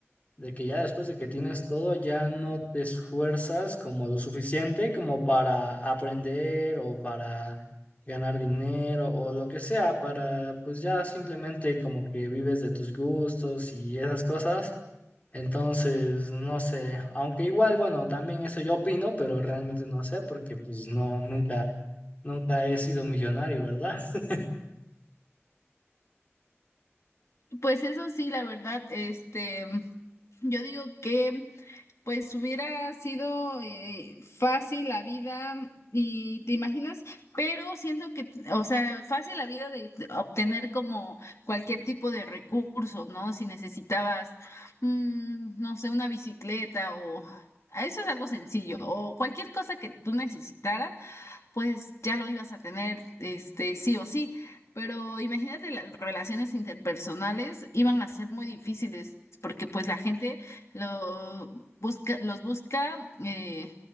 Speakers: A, on the left; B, on the left.
A: de que ya después de que tienes todo, ya no te esfuerzas como lo suficiente como para aprender o para ganar dinero o lo que sea, para pues ya simplemente como que vives de tus gustos y esas cosas. Entonces, no sé, aunque igual, bueno, también eso yo opino, pero realmente no sé porque pues no, nunca, nunca he sido millonario, ¿verdad? <laughs>
B: Pues eso sí, la verdad, este, yo digo que pues hubiera sido eh, fácil la vida y te imaginas, pero siento que, o sea, fácil la vida de de obtener como cualquier tipo de recurso, ¿no? Si necesitabas, mm, no sé, una bicicleta o eso es algo sencillo o cualquier cosa que tú necesitaras pues ya lo ibas a tener, este, sí o sí. Pero imagínate, las relaciones interpersonales iban a ser muy difíciles porque pues la gente lo busca, los busca eh,